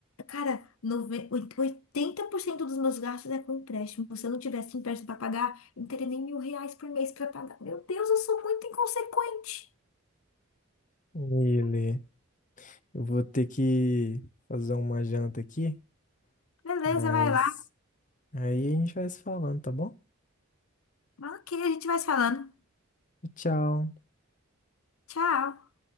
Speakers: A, on the left; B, on the left.
A: Cara, nove- oit- 80% dos meus gastos é com empréstimo. Se eu não tivesse empréstimo para pagar, eu não teria nem mil reais por mês para pagar. Meu Deus, eu sou muito inconsequente.
B: Ele, eu vou ter que fazer uma janta aqui,
A: Beleza,
B: mas
A: vai lá.
B: aí a gente vai se falando, tá bom?
A: Ok, a gente vai se falando.
B: Tchau.
A: Tchau.